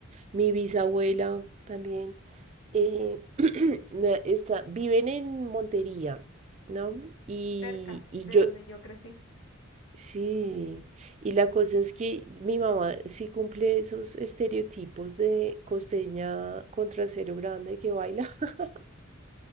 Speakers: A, on the right; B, on the left.
A: Mi bisabuela también. eh, <clears throat> na- está, viven en Montería, ¿no? Y,
B: cerca
A: y
B: de
A: yo
B: donde yo crecí.
A: Sí, y la cosa es que mi mamá sí cumple esos estereotipos de costeña con trasero grande que baila. <laughs>